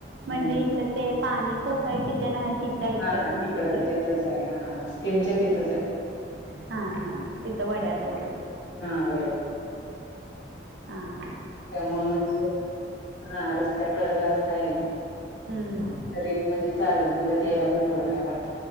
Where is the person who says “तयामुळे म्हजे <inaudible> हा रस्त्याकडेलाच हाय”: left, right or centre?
Left